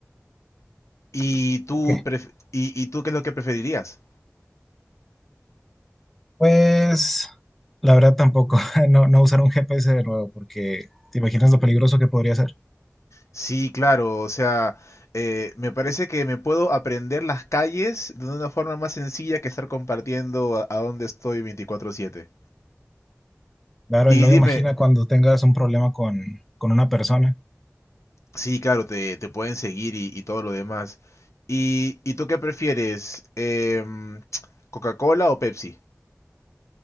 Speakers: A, on the left (about 75°); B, in the centre.
A: ¿Y tú,
B: ¿Por qué?
A: pref- y, y tú qué es lo que preferirías?
B: Pues la verdad tampoco, <laughs> no, no usar un GPS de nuevo porque te imaginas lo peligroso que podría ser.
A: Sí, claro, o sea, eh, me parece que me puedo aprender las calles de una forma más sencilla que estar compartiendo a, a dónde estoy 24/7.
B: Claro,
A: Y
B: y luego
A: dime,
B: imagina cuando tengas un problema con, con una persona.
A: sí, claro, te, te pueden seguir y, y todo lo demás. ¿Y, y tú qué prefieres? Em, ¿Coca-Cola o Pepsi?